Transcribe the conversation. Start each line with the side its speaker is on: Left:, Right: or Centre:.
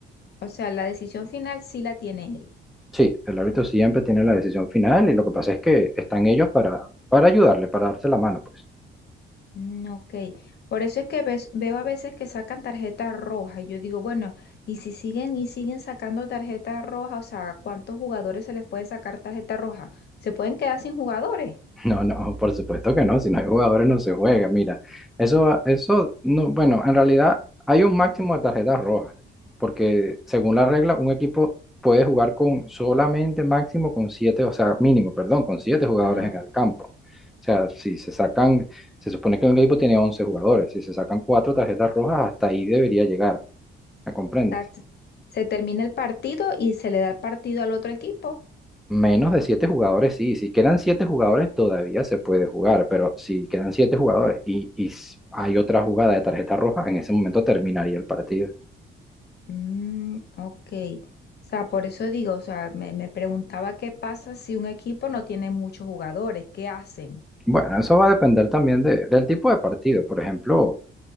Left: O sea, la decisión final sí la tiene él.
Centre: Sí, el árbitro siempre tiene la decisión final y lo que pasa es que están ellos para, para ayudarle, para darse la mano, pues.
Left: Mm, ok, por eso es que ves- veo a veces que sacan tarjeta roja y yo digo, bueno, y si siguen y siguen sacando tarjeta roja, o sea, ¿cuántos jugadores se les puede sacar tarjeta roja? ¿Se pueden quedar sin jugadores?
Centre: No, no, por supuesto que no, si no hay jugadores no se juega, mira, eso, eso, no, bueno, en realidad hay un máximo de tarjetas rojas, porque según la regla, un equipo puede jugar con solamente máximo con siete, o sea, mínimo, perdón, con siete jugadores
Left: Ajá.
Centre: en el campo. O sea, si se sacan, se supone que un equipo tiene 11 jugadores, si se sacan cuatro tarjetas rojas, hasta ahí debería llegar, ¿me comprendes?
Left: O sea, se se termina el partido y se le da el partido al otro equipo.
Centre: Menos de siete jugadores, sí. Si quedan siete jugadores, todavía se puede jugar, pero si quedan siete jugadores y, y s- hay otra jugada de tarjeta roja, en ese momento terminaría el partido.
Left: Mm, ok, o sea, por eso digo, o sea, me, me preguntaba qué pasa si un equipo no tiene muchos jugadores, ¿qué hacen?
Centre: Bueno, eso va a depender también de- del tipo de partido. Por ejemplo,